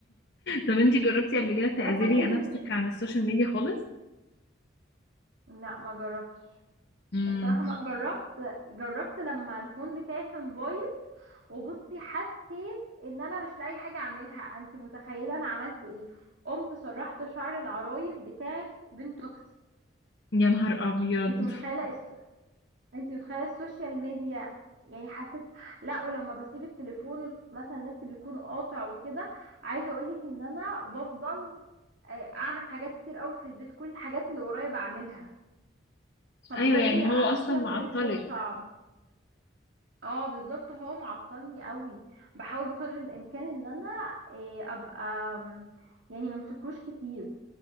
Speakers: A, on the left (about 60°); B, on the right (about 70°).
A: طب انتي جربتي قبل كده تعزلي
B: انتي اصلا ايه بن...
A: نفسك عن السوشيال ميديا خالص
B: لا ما جربتش
A: امم
B: الصراحة ما جربت جربت لما الفون بتاعي كان بايظ وبصي حسيت ان انا مش لاقي حاجه اعملها انت متخيله انا عملت ايه قمت سرحت شعر العرايس بتاعت بنت اختي
A: يا نهار ابيض
B: انت متخيله الس... انت متخيله السوشيال ميديا يعني حسيت لا ولما بسيب التليفون وس- مثلا النت بيكون قاطع وكده عايزه اقولك ان انا بفضل آه، اعمل حاجات كتير قوي في البيت كل الحاجات اللي ورايا بعملها فبجد
A: ايوه يعني
B: عشان
A: هو اصلا
B: كده
A: معطلك
B: بقولك هو صعب اه بالظبط هو معطلني قوي بحاول بقدر الامكان ان انا إيه ابقى أم، يعني ممسكوش كتير